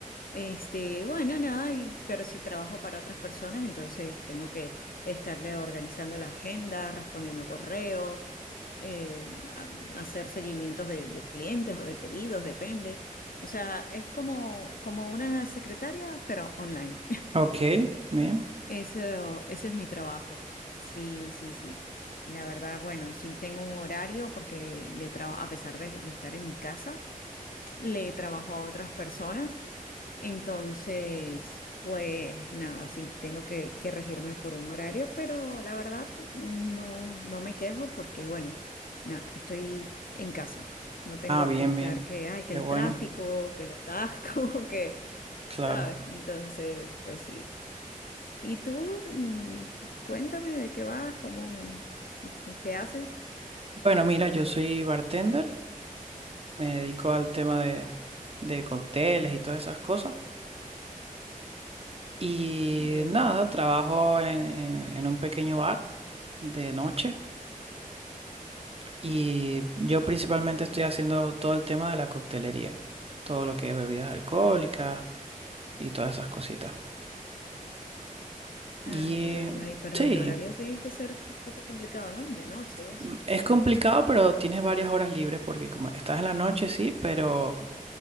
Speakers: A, on the left; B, on the right.
A: Este, bueno, nada, y- pero si trabajo para otras personas, entonces tengo que estarle organizando la agenda, respondiendo correos, eh, a- hacer seguimientos de, de clientes o de pedidos, depende. O sea, es como, como una secretaria, pero online.
B: Ok, bien.
A: <laughs> Eso, ese es mi trabajo. Sí, sí, sí. La verdad, bueno, sí tengo un horario porque le trabajo, a pesar de, de estar en mi casa, le trabajo a otras personas. Entonces, pues nada, sí, tengo que, que regirme por un horario, pero la verdad no, no me quejo porque, bueno, nada, estoy en casa. No tengo
B: Ah, bien,
A: que estar
B: bien.
A: que, ay, que
B: Qué
A: el
B: bueno,
A: tráfico, que el atasco, <laughs> que,
B: claro.
A: ¿sabes? Entonces, pues sí. ¿Y tú? Mm, Cuéntame de qué vas, cómo, qué haces.
B: Bueno, mira, yo soy bartender, me dedico al tema de, de cócteles y todas esas cosas. Y
A: Bien.
B: nada, trabajo en, en- en un pequeño bar de noche y yo principalmente estoy haciendo todo el tema de la coctelería, todo lo que es bebidas alcohólicas y todas esas cositas.
A: Ah,
B: Y
A: ya,
B: eh,
A: ya, y pero
B: sí,
A: el horario tiene que ser un poco complicado, ¿no? De noche y eso.
B: Mm, Es complicado, pero tienes varias horas libres porque como estás en la noche, sí, pero